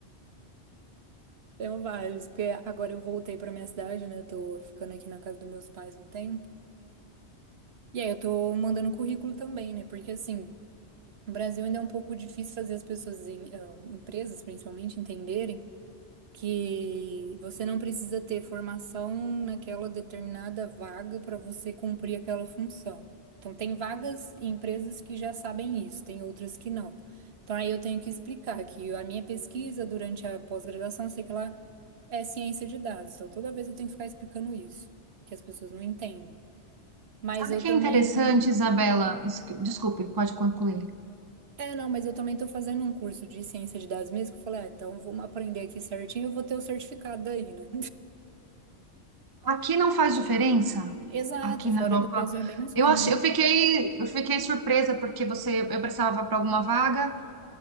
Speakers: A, on the right (about 65°); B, on the right (about 25°).
A: Tenho vários, porque agora eu voltei para minha cidade, né? Eu tô ficando aqui na casa dos meus pais um tempo. E aí eu tô mandando currículo também, né? Porque assim, no Brasil ainda é um pouco difícil fazer as pessoas, em- ah, empresas principalmente, entenderem. que você não precisa ter formação naquela determinada vaga para você cumprir aquela função. Então, tem vagas e empresas que já sabem isso, tem outras que não. Então, aí eu tenho que explicar que a minha pesquisa durante a pós-graduação, sei que lá, é ciência de dados. Então, toda vez eu tenho que ficar explicando isso, que as pessoas não entendem. Mas
B: Sabe
A: eu
B: o que
A: também.
B: é interessante, Isabela? Isso que- desculpe, pode concluir.
A: É, não, mas eu também estou fazendo um curso de ciência de dados mesmo, que eu falei, ah, então vamos aprender aqui certinho, eu vou ter o certificado daí, né?
B: Aqui não faz diferença,
A: Exato,
B: aqui
A: fora
B: na Europa.
A: do Brasil é bem mais
B: Eu
A: comum.
B: achei, eu fiquei, eu fiquei surpresa porque você, eu precisava para alguma vaga.